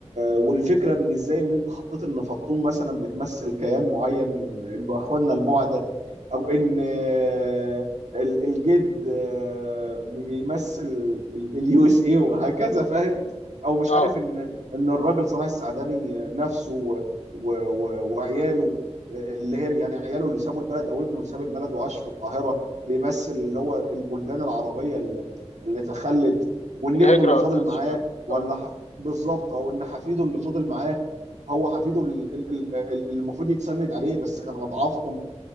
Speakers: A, on the right (about 75°); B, on the left (about 75°).
A: والفكره ان ازاي ان انت حطيت ان فطوم مثلا بتمثل كيان معين من الب- اخواننا البعده او ان آه، ال- الجد آه، بيمثل اليو اس اي وهكذا فاهم او مش
B: اه
A: عارف ان ان الراجل صلاح السعداني نفسه و... و... و... وعياله اللي هي يعني عياله اللي سابوا البلد او ابنه اللي ساب البلد وعاش في القاهره بيمثل اللي هو البلدان العربيه اللي, اللي تخلت وان
B: الهجره
A: ابنه اللي فاضل
B: بتاعت
A: معاه
B: الشباب
A: ولا
B: اه
A: حف... بالظبط او ان حفيده اللي فاضل معاه هو حفيده ال- ال- ال- ال- اللي المفروض يتسند عليه بس كان اضعافهم